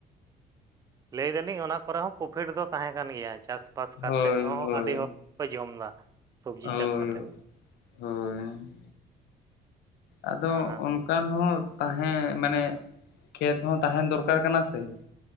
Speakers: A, on the right; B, on the left.
A: ᱞᱟᱹᱭ ᱫᱟᱞᱤᱧ ᱚᱱᱟ ᱠᱚᱲᱟᱣ ᱦᱚᱸ ᱯᱨᱚᱯᱷᱤᱴ ᱫᱚ ᱛᱟᱦᱮᱸ ᱠᱟᱱ ᱜᱮᱭᱟ ᱪᱟᱥ ᱯᱟᱥ ᱠᱟᱛᱮᱫ
B: ᱦᱳᱭ
A: ᱦᱚᱸ
B: ᱦᱳᱭ
A: ᱟᱹᱰᱤ ᱦᱚᱠ ᱡᱚᱢᱫᱟ ᱥᱚᱵᱽᱡᱤ
B: ᱦᱳᱭ
A: ᱪᱟᱥ ᱠᱟᱛᱮᱫ ᱾
B: ᱦᱳᱭ ᱟᱫᱚ
A: ᱦᱮᱸ
B: ᱚᱱᱠᱟᱱ ᱦᱚᱸ ᱛᱟᱦᱮᱸ ᱢᱮᱱᱮ ᱠᱷᱮᱛ ᱦᱚᱸ ᱛᱟᱦᱮᱸᱱ ᱫᱚᱨᱠᱟᱨ ᱠᱟᱱᱟ ᱥᱮ ᱾